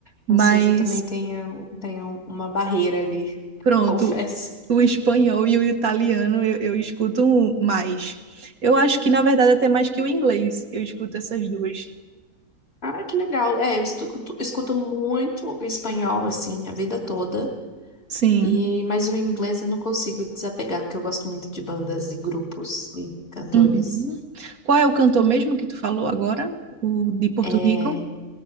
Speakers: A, on the right; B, on the left.
A: Mas,
B: Francês eu também tenho, tenho uma barreira ali, <laughs>
A: pronto,
B: confesso.
A: o espanhol e o italiano eu, eu escuto mais. Eu acho que, na verdade, até mais que o inglês. Eu escuto essas duas.
B: Ah, que legal. É, eu escuto, escuto muito espanhol, assim, a vida toda.
A: Sim.
B: E, mas o inglês eu não consigo desapegar, porque eu gosto muito de bandas e grupos e cantores.
A: Uhum. Qual é o cantor mesmo que tu falou agora? O de Porto
B: É
A: Rico?